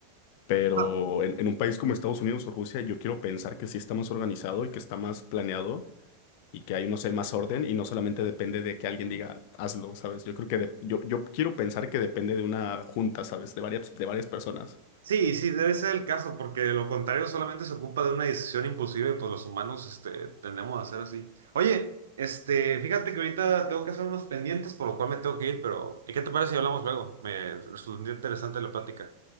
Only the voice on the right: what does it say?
Ah,
Sí, sí, debe ser el caso, porque de lo contrario solamente se ocupa de una decisión impulsiva y pues los humanos, este, tendemos a hacer así. Oye, este, fíjate que ahorita tengo que hacer unos pendientes, por lo cual me tengo que ir, pero ¿y ¿qué te parece si hablamos luego? Me resultó interesante la plática.